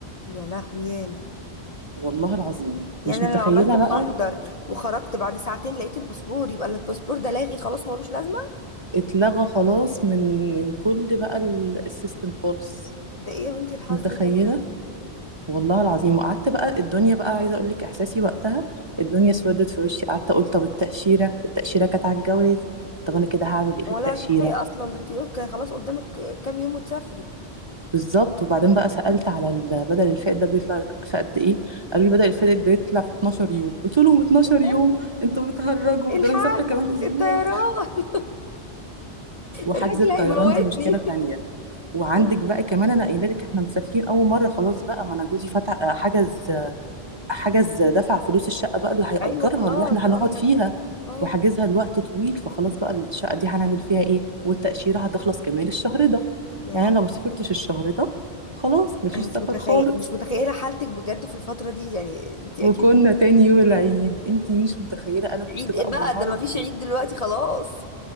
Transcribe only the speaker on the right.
والله العظيم
مش متخيلة
بقى
اتلغى خلاص من من كل بقى ال- السيستم خالص
متخيلة
والله العظيم وقعدت بقى الدنيا بقى عايزه اقول لك احساسي وقتها الدنيا اسودت في وشي قعدت اقول طب التاشيره التاشيره كانت على الجواز طب انا كده هعمل ايه
في التاشيره
بالظبط وبعدين بقى سالت على ال- بدل الفائت ده بيطلع في قد ايه قالوا لي بدل الفائت بيطلع في 12 يوم قلت لهم 12
يوم انتوا بتهرجوا
ده انا مسافره كمان اسبوع
وحجز
الطيران
دي مشكله تانية وعندك
بقى كمان انا قايله لك احنا مسافرين اول مره خلاص بقى ما انا جوزي فتح حجز حجز دفع فلوس الشقة بقى اللي هيأجرها
اللي احنا هنقعد
فيها
وحاجزها لوقت طويل فخلاص بقى الشقة دي هنعمل فيها ايه والتأشيرة هتخلص كمان الشهر ده
يعني
أنا لو مسافرتش الشهر ده خلاص مفيش
سفر
خالص
وكنا تاني يوم العيد انتي مش متخيلة انا كنت
بقى
منهارة
ازاي